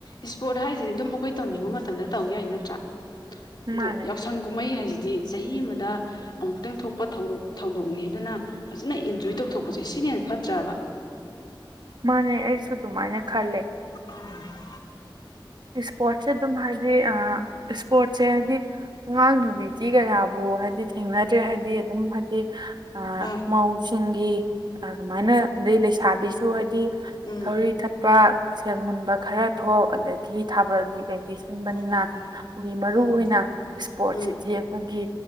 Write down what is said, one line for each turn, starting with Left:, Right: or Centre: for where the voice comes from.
Left: ꯏꯁ꯭ꯄꯣꯔꯠ ꯍꯥꯏꯁꯤꯗꯤ ꯑꯗꯨꯝ ꯑꯩꯈꯣꯏ ꯇꯧꯅꯤꯡꯕ ꯃꯇꯝꯗ ꯇꯧ ꯌꯥꯏ ꯅꯠꯇ꯭ꯔꯥ ꯑꯗꯣ
Right: ꯃꯥꯅꯦ
Left: ꯌꯥꯎꯁꯪ ꯀꯨꯝꯍꯩ ꯍꯥꯏꯁꯤꯗꯤ ꯆꯍꯤ ꯑꯃꯗ ꯑꯃꯨꯛꯇꯪ ꯊꯣꯛꯄ ꯊꯧꯗꯣꯛ-ꯊꯧꯗꯣꯛꯅꯦ ꯑꯗꯨꯅ ꯐꯖꯅ ꯏꯟꯖꯣꯏ ꯇꯧꯊꯣꯛꯄꯁꯦ ꯁꯤꯅ ꯍꯦꯟꯅ ꯐꯠꯇ꯭ꯔꯕ
Right: ꯃꯥꯅꯦ ꯑꯩꯁꯨ ꯑꯗꯨꯃꯥꯏꯅ ꯈꯜꯂꯦ
Left: ꯎꯝ <unintelligible>
Right: ꯏꯁ꯭ꯄꯣꯔꯠꯁꯦ ꯑꯗꯨꯝ ꯍꯥꯏꯗꯤ ꯑ ꯏꯁ꯭ꯄꯣꯔꯠꯁꯦ ꯍꯥꯏꯗꯤ ꯑꯉꯥꯡ ꯅꯨꯕꯤꯗꯤ ꯀꯌꯥꯕꯨ ꯍꯥꯏꯗꯤ ꯊꯦꯡꯅꯗ꯭ꯔꯦ ꯍꯥꯏꯗꯤ ꯑꯗꯨꯝ ꯍꯥꯏꯗꯤ ꯑ
Left: ꯑꯥ
Right: ꯃꯧꯁꯤꯡꯒꯤ ꯑꯗꯨꯃꯥꯏꯅ ꯑꯗꯩ ꯂꯩꯁꯥꯕꯤꯁꯨ ꯍꯥꯏꯗꯤ
Left: ꯎꯝ
Right: ꯊꯧꯔꯤ ꯊꯠ ꯄ ꯁꯦꯟ ꯃꯨꯟꯕ ꯈꯔ ꯊꯣꯛ ꯑꯗꯒꯤ ꯊꯥꯕꯜꯗꯤ ꯀꯩ ꯁꯤꯟꯕꯅꯤꯅ
Left: ꯎꯝ
Right: ꯑꯩꯈꯣꯏꯒꯤ ꯃꯔꯨꯏꯑꯣꯏꯅ
Left: ꯎꯝ
Right: ꯏꯁ꯭ꯄꯣꯔꯠꯁꯤꯗꯤ
Left: ꯎꯝ
Right: ꯑꯩꯈꯣꯏꯒꯤ